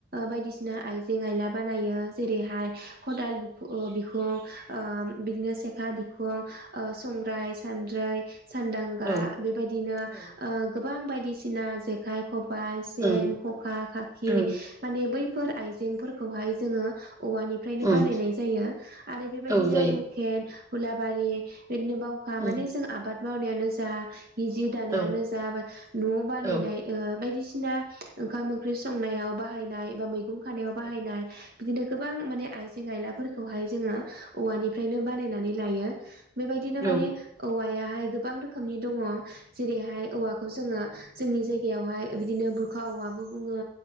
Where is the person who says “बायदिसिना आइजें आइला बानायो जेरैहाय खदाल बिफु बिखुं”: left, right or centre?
Right